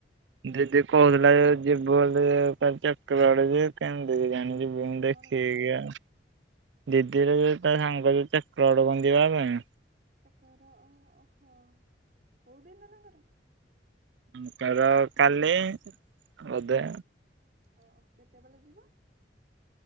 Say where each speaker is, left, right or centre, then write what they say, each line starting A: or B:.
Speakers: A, on the right (about 80°); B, on the right (about 50°).
A: ଦିଦି କହୁଥିଲା ଏ ଯିବୁ ବୋଲି <unintelligible> କାଇଁ ଦେଇ ଜାଣିଲି। ଯୋଉଁ ଦେଖିକି
B: କଣ କହିଲୁ?
A: ଆ, ଦିଦିରେ ଯୋଉ ତା ସାଙ୍ଗ ଯେ ଚାଟାବେଳୁ କଣ ଯିବା ପାଇଁ।
B: ଚକର ଓ ଓହୋ, କୋଉଦିନ ତାଙ୍କର?
A: ତାଙ୍କର କାଲି ବୋଧେ।
B: ଓ, ଓ, କେତେବେଳେ ଯିବ?